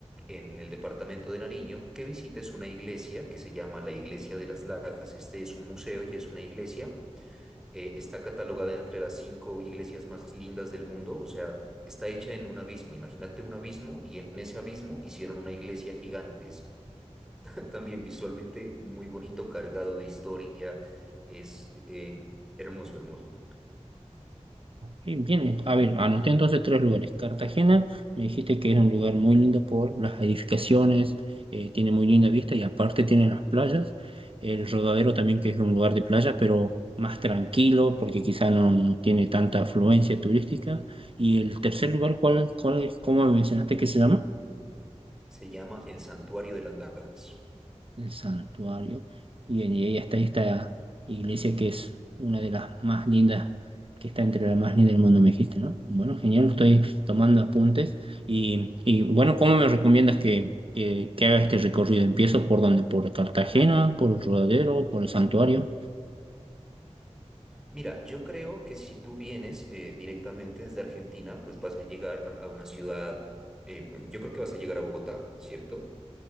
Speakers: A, in the centre; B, on the right.
A: en el departamento de Nariño, que visites una iglesia que se llama la Iglesia de las Lajas. Este es un museo y es una iglesia. eh, está catalogada entre las cinco iglesias más lindas del mundo, o sea, está hecha en un abismo. Imagínate un abismo y en ese abismo hicieron una iglesia gigante. <laughs> También visualmente muy bonito, cargado de historia. Es eh, hermoso, hermoso.
B: Y viene, a ver, anoté entonces tres lugares. Cartagena, me dijiste que es un lugar muy lindo por las edificaciones, eh, tiene muy linda vista y aparte tiene las playas. El Rodadero también, que es un lugar de playa, pero más tranquilo porque quizá no, no tiene tanta afluencia turística. Y el tercer lugar, ¿cuál, cuál, es- cómo me mencionaste que se llama?
A: Se llama El Santuario de las Lajas.
B: el santuario, y, en- y ahí está esta iglesia que es una de las más lindas, que está entre las más lindas del mundo, me dijiste, ¿no? Bueno, genial, estoy tomando apuntes. Y, y, bueno, ¿cómo me recomiendas que, que, que haga este recorrido? ¿Empiezo por dónde? ¿Por Cartagena? ¿Por el Rodadero? ¿Por el santuario?
A: Mira, yo creo que si tú vienes eh, directamente desde Argentina, pues vas a llegar a una ciudad, eh, yo creo que vas a llegar a Bogotá, ¿cierto?